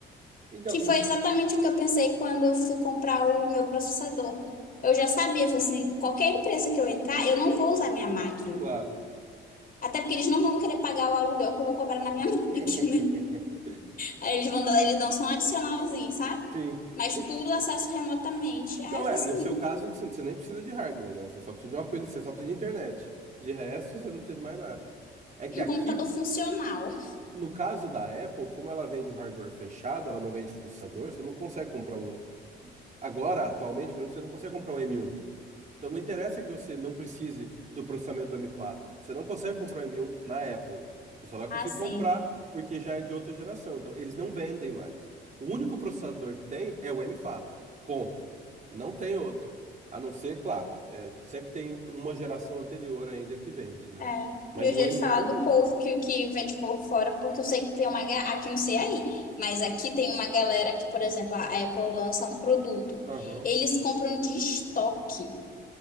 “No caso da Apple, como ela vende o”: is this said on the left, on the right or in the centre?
Right